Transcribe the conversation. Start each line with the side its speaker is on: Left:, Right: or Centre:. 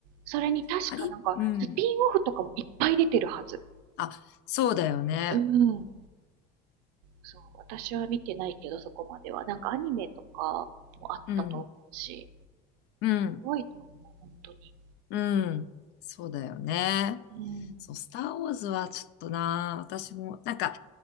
Right: それに確かなんか、
Left: ハリ、うん。
Right: スピンオフとかもいっぱい出てるはず。
Left: あ、そうだよね。
Right: うん。そう、私は見てないけど、そこまでは。なんかアニメとかもあったと思うし、
Left: うん、うん、
Right: すごいと思う、本当に。
Left: うん。そうだよね。
Right: うん。
Left: そう、スターウォーズはちょっとな、私も、なんか、